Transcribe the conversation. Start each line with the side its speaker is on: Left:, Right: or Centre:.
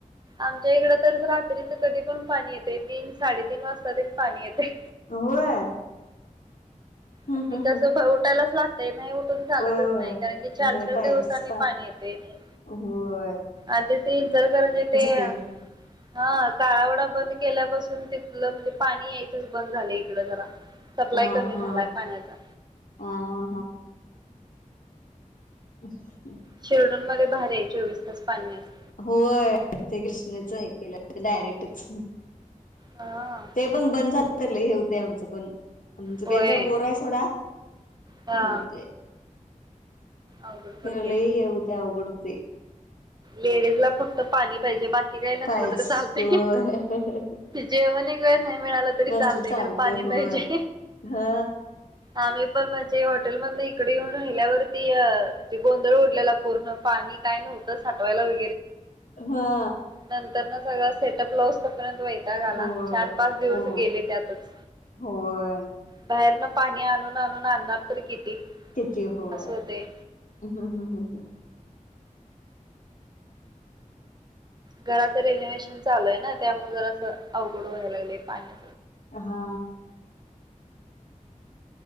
Right: आमच्या इकडं तर रात्रीच कधी पण पाणी येते तीन साडे तीन वाजता तेन पाणी येतय.
Left: होय, होय
Right: हम् तिथं कसं उठायलाच लागत. ते नाही उठून चालतच
Left: होय
Right: नाही कारण की चार
Left: नाही
Right: चार
Left: पाहिजेच
Right: दिवसांनी पाणी येतय नाही.
Left: होय
Right: आधी ती इचलकरंजी ते
Left: ते
Right: हा काळावडा बंद केल्यापासून तिथलं म्हणजे पाणी यायचच बंद झाले इकड जरा, सप्लाय
Left: हा
Right: कमी
Left: हा
Right: झालाय पाण्याचा,
Left: हा हा ह् <unintelligible>
Right: शिरढोण मध्ये भारी आहे चोवीस तास पाणी असत य.
Left: होय ते कृष्णाच हे केलं डायरेक्टच
Right: हा
Left: ते पण बंद झाल तर लय हे होतयआमचं पण आमचं
Right: होय
Left: काही जर बोर आहे सोडा हे
Right: हा
Left: ओतय.
Right: अवघड
Left: खंर
Right: पडते
Left: लय हे होतय अवघडत होतय
Right: लेडीज ला फक्त पाणी पाहिजे बाकी काही नसल
Left: पाहिजे
Right: तर चालते.
Left: होय
Right: जेवण एक वेळ नाही मिळालं तरी
Left: नसल
Right: चालतय ख पाणी
Left: होय
Right: पाहिजे
Left: हा
Right: आम्ही पण म्हणजे हॉटेल मधन इकडे येऊन राहिल्यावरती गोंधळ उडलेला पूर्ण पाणी ठवाला व
Left: हा
Right: न सग से र्यंत वता गला
Left: होय
Right: चार पाच दिवस
Left: हो
Right: गेले त्यातच
Left: होय
Right: बाहेरन पाणी आणून आणून आणणार तरी किती
Left: तथ हो
Right: असं
Left: हम्म
Right: होते
Left: हम्म हम् हम्
Right: घराचं रेलिववेहेशन चालूय ना त्यामुळे जर असं अवघड व्हायला लागले पाण्या
Left: हा